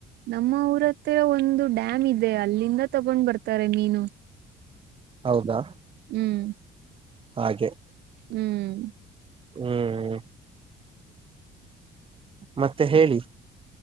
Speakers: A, on the right; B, on the right.
A: ನಮ್ಮ ಊರ ಹತ್ತಿ ಒಂದು ಡ್ಯಾಮ್ ಇದೆ ಅಲ್ಲಿಂದ ತಗೊಂಡ್ ಬರ್ತಾರೆ ಮೀನು
B: ಹೌದಾ
A: ಹ್ಮ್
B: ಹಾಗೆ
A: ಹ್ಮ್
B: ಹ್ಮ್ ಮತ್ತೆ ಹೇಳಿ